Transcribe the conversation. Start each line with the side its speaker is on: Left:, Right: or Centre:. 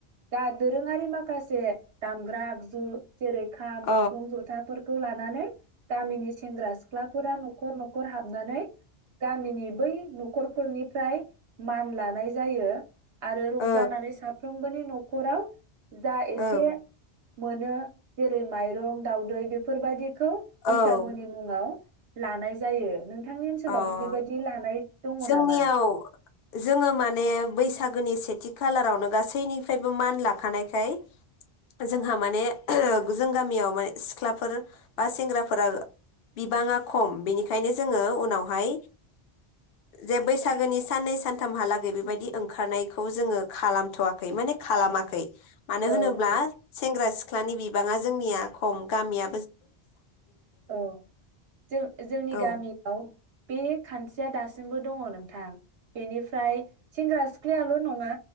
Right: दा दोरोङारि माखासे दामग्रा आगजु जेरै खाम
Left: औ
Right: सिफुं जथाफोरखौ लानानै गामिनि सेंग्रा सिख्ला फोरा नखर न' खर हाबनानै गामिनि बै न'खर फोरनिफ्राय मान लानाय जायो आरो रंजानानै
Left: औ
Right: साफ्रोमबोनि न'खराव जा एसे
Left: औ
Right: मोनो जेरै माइरं, दावउदै बेफोरबायदि खौ
Left: औ
Right: बैसागुनि मुङाव लानाय जायो। नों थांनि ओनसोलावबो
Left: अ
Right: बेबायदि लानाय दङ
Left: जोंनियाव
Right: नामा?
Left: जोङो माने बैसागोनि सेथि खालारावनो गासैनिफ्रायबो मान लाखानायखाय जोंहा माने जों गामियाव मान सिख्लाफोर बा सेंग्राफोरा बिबाङा खम बेनिखायनो जोङो उनावहाय जे बैसागोनि साननै सानथामहालागै बेबायदि ओंखारनायखौ जोङो खालामथ'वा खै माने खालामाखै
Right: औ
Left: मानो
Right: औ
Left: होनोब्ला सेंग्रा-सि ख्लानि बिबाङा जोंनिया खम गामिया
Right: औ जों जोंनि
Left: औ
Right: गामियाव बे खान्थिया दासिम बो दङ नोंथां बेनिफ्राय सेंग्रा सिख्लायल' नङा